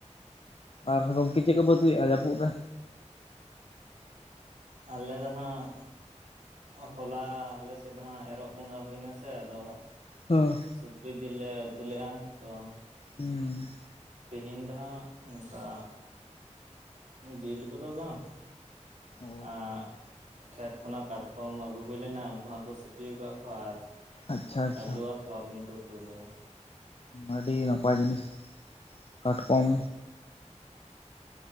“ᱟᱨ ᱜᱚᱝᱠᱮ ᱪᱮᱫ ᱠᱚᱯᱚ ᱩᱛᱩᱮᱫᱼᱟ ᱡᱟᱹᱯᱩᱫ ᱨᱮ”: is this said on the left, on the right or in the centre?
Left